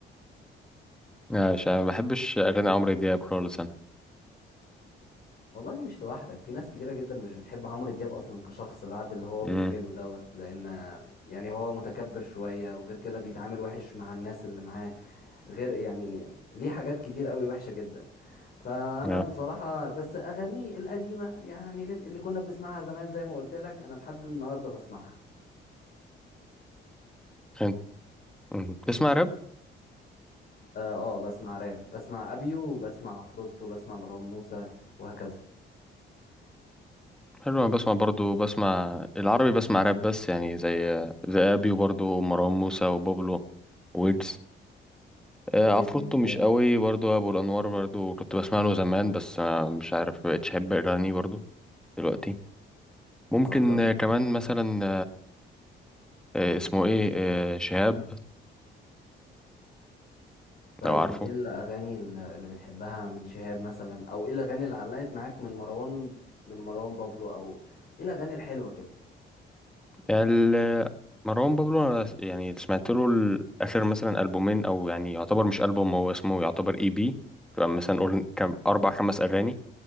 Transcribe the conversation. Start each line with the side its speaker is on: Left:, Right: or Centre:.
Centre: لا، مش أنا ما بحبش اريانا عمرو دياب خالص انا
Left: والله مش لوحدك في ناس كتيرة جدا مش بتحب عمرو دياب أصلا كشخص بعد اللي هو بيعمله
Centre: امم
Left: دوت لأن يعني هو متكبر شوية وغير كده بيتعامل وحش مع الناس اللي معاه غير يعني ليه حاجات كتير قوي وحشة جدا فأنا
Centre: لا.
Left: بصراحة بس أغانيه القديمة يعني لس- اللي كنا بنسمعها زمان زي ما قلت لك أنا لحد النهاردة بسمعها
Centre: انت مم. بتسمع راب
Left: آه, آه بسمع راب بسمع أبيو وبسمع عفروتو وبسمع مروان موسى وهكذا
Centre: حلو انا بسمع برضو بسمع العربي بسمع راب بس يعني زي زي ابيو برضو ومروان موسى وبابلو ويجز آه،
Left: طيب
Centre: عفروتو
Left: مين
Centre: مش
Left: تاني؟
Centre: قوي برضو ابو الانوار برضو كنت بسمع له زمان بس آه، مش عارف مبقتش احب اغانيه برضو دلوقتي ممكن
Left: اه طب
Centre: آه، كمان مثلا آه، اسمه ايه آه، شهاب
Left: طيب
Centre: لو عارفه
Left: م- ايه الاغاني الل- اللي بتحبها من شهاب مثلا او ايه الاغاني اللي علقت معاك من مروان من مروان بابلو او ايه الاغاني الحلوه كده
Centre: ال- مروان بابلو أنا س- يعني سمعت له ال- اخر مثلا البومين او يعني يعتبر مش البوم هو اسمه يعتبر اي بي تبقى مثلا قول كم اربع خمس اغاني